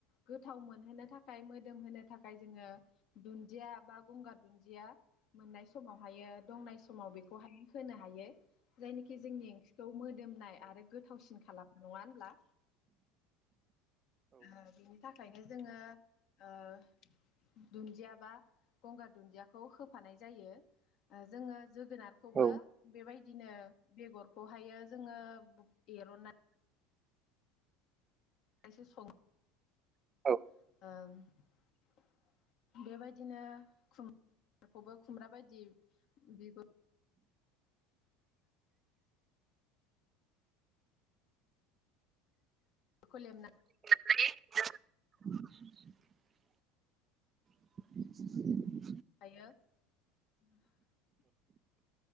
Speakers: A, on the left; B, on the right.
A: गोथाव मोनहोनो थाखाय मोदोम होनो थाखाय जोङो दुन्दिया बा गंगार दुन्दिया मोननाय समाव हायो दंनाय समाव बेखौ <inaudible> होनो हायो जायनि जोंनि ओंख्रिखौ मोद - दोमनाय आरो गोथावसिन खालामो। नङा होनब्ला? ओ बिनि थाखाय - नो जोङो ओ दुन्दिया बा गंगार दुन्दियाखौ होफानाय जायो । जोङो जोगोनारखौबो
B: औ
A: बेबाय - दिनो बेगरखौहायो जोङो एरननानै - <inaudible> सो सङो । खुब
B: औ
A: ओम बेबायदिनो खुम - बेखौबो खुमब्रा बादि बिगु खौ लेमना
B: <unintelligible> <inaudible>
A: <unintelligible>